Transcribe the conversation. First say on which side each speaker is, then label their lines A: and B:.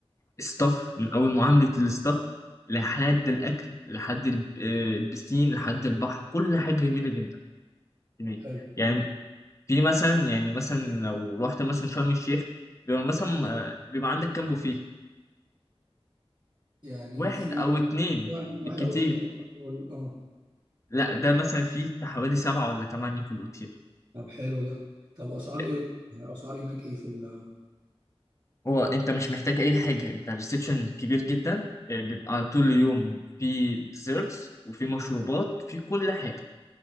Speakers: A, on the left; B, on the right.
A: ستاف من اول معامله الستاف لحد الاكل لحد الب- آه، البسين لحد البحر كل حاجه جميله جدا هناك
B: حلو
A: يعني في مثلا يعني مثلا لو رحت مثلا شرم الشيخ بيبقى مثلا آه، بيبقى عندك كام بوفيه
B: يعني
A: واحد
B: في
A: او اتنين
B: واحد
A: بالكتير
B: واحد أو اتنين ولا- اه
A: لا ده مثلا فيه حوالي سبعة ولا تمانية في الأوتيل
B: طب حلو ده طب أسعار
A: لا،
B: إيه يعني الأسعار هناك إيه في ال
A: هو انت مش محتاج اي حاجه انت الريسبشن كبير جدا آه، بيبقى طول اليوم في ديزيرتس وفي مشروبات في كل حاجه